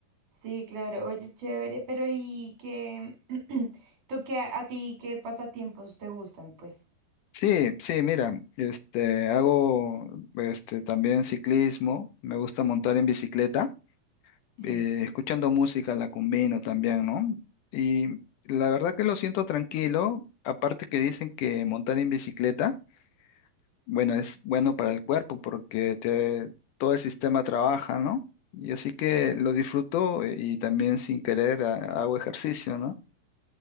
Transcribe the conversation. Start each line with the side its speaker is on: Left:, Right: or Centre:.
Right: sí, claro, oye, chévere, pero ¿y qué, <clears throat> tú qué, a, a ti qué pasatiempos te gustan, pues?
Left: Sí, sí, mira, este, hago este, también ciclismo, me gusta montar en bicicleta,
Right: Sí.
Left: eh, escuchando música la combino también, ¿no? Y la verdad que lo siento tranquilo, aparte que dicen que montar en bicicleta Bueno, es bueno para el cuerpo porque te, todo el sistema trabaja, ¿no? Y así que lo disfruto eh, y también sin querer ah, hago ejercicio, ¿no?